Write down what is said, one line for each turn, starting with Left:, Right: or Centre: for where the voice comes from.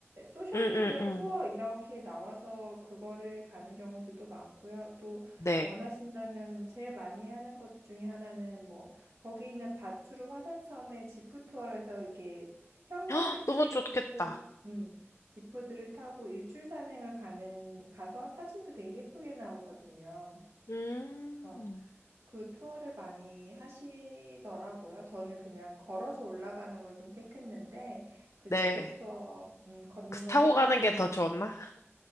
Right: 소셜미디어
Left: 응, 응, 응.
Right: 투어 이렇게 나와서 그거를 가는 경우들도 많고요. 또
Left: 네.
Right: 원하신다면 제일 많이 하는 것 중에 하나는 뭐, 거기 있는 바투르 화산섬의 지프 투어에서 이게 형형색색의
Left: 헉, 너무 좋겠다.
Right: 지프들, 음, 지프들을 타고 일출 산행을 가는 가서 사진도 되게 예쁘게 나오거든요.
Left: 음,
Right: 그래서 그 투어를 많이 하시더라고요. 저는 그냥 걸어서 올라가는 걸 좀 택했는데 그
Left: 네.
Right: 지프 투어 음, 걷는
Left: 그
Right: 거
Left: 타고
Right: 싫어하시는
Left: 가는 게
Right: 분들은
Left: 더 좋나?